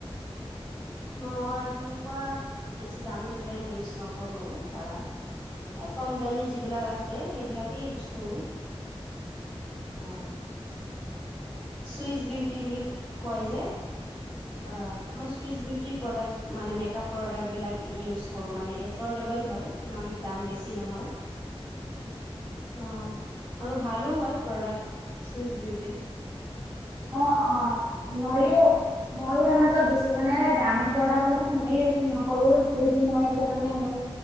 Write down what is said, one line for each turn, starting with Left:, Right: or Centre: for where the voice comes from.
Left: মই সেনেকুৱা বেছি দামী ব্ৰেণ্ড ইউজ নকৰো। ধৰা- এ কম দামী যিবিলাক আছে সেইবিলাকে ইউজ কৰো। উম। চুইচ বিউ- কি বুলি কয় যে? অ' মই চুইচ বি- টি প্ৰডাক্ট মানে মেকআপ প্ৰডাক্ট বিলাক ইউজ কৰোঁ মানে এফৰ্ডেবল হয়। ইমান দাম বেছি নহয়। অঁ আৰু ভালো হয় প্ৰডাক্ট চুইচ বিউটিৰ।
Right: অঁ অঁ ময়ো- ময়ো এনেকৈ দিছো মানে দামী প্ৰডাক্টক মই ইউজ নকৰো। যিহেতু মই এতিয়া মানে-